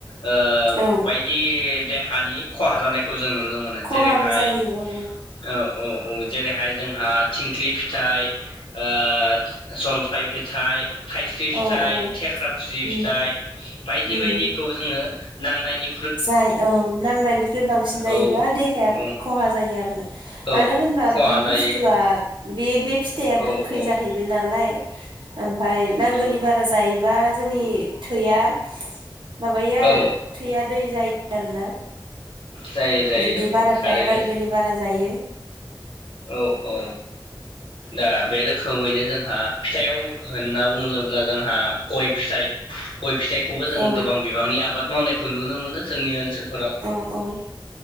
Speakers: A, on the left (about 75°); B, on the right (about 65°).
A: ओ
B: औ
A: बायदि देहानि खहा जानायखौ जों नुनो मोनो।
B: खहाबो
A: जेरैहाय
B: जायो
A: ओ
B: औ
A: अ औ जेरैहाय जोंहा थिंख्लि फिथाइ ओ जलफाय फिथाइ थाइस्रि फिथाइ
B: औ औ
A: थेख्रा खुसि
B: उम
A: फिथाइ बायदि
B: उम
A: बायदिखौ जोङो नांनायनि
B: जाय औ नांनायनिख्रुइ बांसिन जायोबा
A: औ
B: देहाया
A: औ
B: खहा जायो आरोना
A: औ
B: मानो होनबा
A: खहा
B: बे
A: जायो
B: बुस्थुआ बे बेे फिथाइया
A: औ
B: गोखै
A: औ
B: जाहैबाय नालाय ओमफाय
A: नंगौ
B: नांगौनि बारा जायोबा जोंनि थैया माबायो आरो
A: औ
B: थैया जायो आरो ना
A: जायो जायो
B: जुदि
A: नंगौ
B: बाराद्राय
A: थारैनो
B: नांगौनि बारा जायो
A: औ-औ दा बे रोखोमैनो जोंहा फिथाइयाव होनना बुङोब्ला जोंहा गय फिथाइ गय फिथाइखौबो जों
B: औ
A: गोबां बिबांनि आबाद मावनायखौ नुनो मोनो जोंनि ओनसोल
B: औ-औ ओम